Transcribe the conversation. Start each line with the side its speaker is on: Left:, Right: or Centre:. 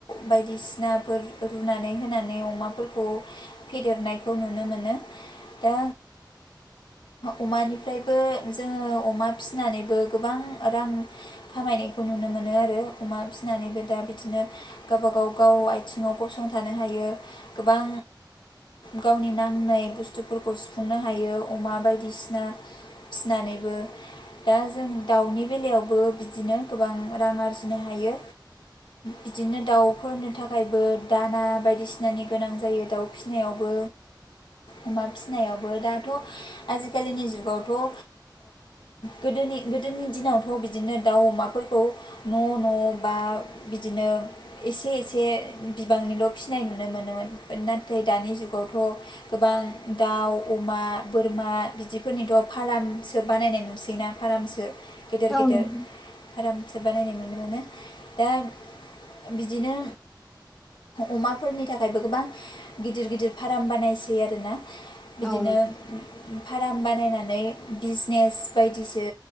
Left: बायदिसिनाफोर रुनानै होनानै अमाफोरखौ फेदेरनायखौ नुनो मोनो दा अमानिफ्रायबो जोङो अमा फिसिनानैबो गोबां रां खामायनायखौ नुनो मोनो आरो अमा फिनानैबो दा बिदिनो गावबा गाव गाव आथिङाव गसंथानो हायो गोबां गावनि नांनाय बुस्थुफोरखौ सुफुंनो हायो अमा बायदिसिना फिसिनानैबो दा जों दाउनि बेलायावबो बिदिनो गोबां रां आरजिनो हायो बिदिनो दाउफोरनि थाखायबो दाना बायदिसिनानि गोनां जायो दाउ फो फिसिनायावबो अमा फिसिनायावबो दाथ' आजिखालिनि जुगावथ' ओ गोदोनि गोदोनि दिनावथ' बिदिनो दाउ अमाफोरखौ न' न' बा बिदिनो एसे एसे बिबांनिल' फिसिनाय नुनो मोनोमोन बाद ना थाइ दानि जुगावथ' गोबां दाउ अमा बोरमा बिदिफोरनिथ' फारामसो बानायनाय नुसै ना फारामसो। गेदेर गेदेर
Centre: औ नोंथां
Left: फारामसो बानायनाय नुनो मोनो। दा बिदिनो अमाफोरनि थाखायबो गोबां गिदिर गिदिर फाराम बानायसै आरो ना। बिदिनो
Centre: औ नोंथां
Left: फाराम बानायनानै बिजनेस बायदिसो